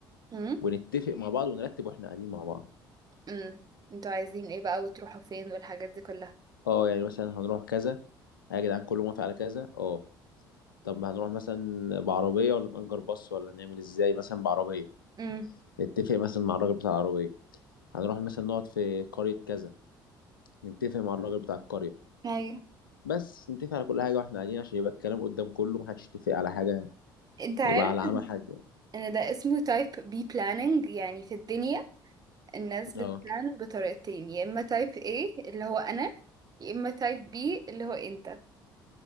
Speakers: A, on the right (about 35°); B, on the left (about 90°).
A: امم
B: ونتفق مع بعض ونرتب واحنا قاعدين مع بعض
A: امم انتوا عايزين ايه بقى وتروحوا فين والحاجات دي كلها
B: اه يعني مثلا هنروح كذا يا جدعان كله موافق على كذا اه طب هنروح مثلا بعربيه ولا نأجر باص ولا نعمل ازاي مثلا بعربيه
A: امم
B: نتفق مثلا مع الراجل بتاع العربيه هنروح مثلا نقعد في قرية كذا نتفق مع الراجل بتاع القرية
A: ايوه
B: بس نتفق على كل حاجة واحنا قاعدين عشان يبقى الكلام قدام كله محدش يتفق على حاجة
A: انت عارف
B: يبقى على عمى حد يعني
A: ان ده اسمه تايب بي planning يعني في الدنيا الناس بتبلان
B: اه
A: بطريقتين يا اما تايب A اللي هو انا يا اما تايب B اللي هو انت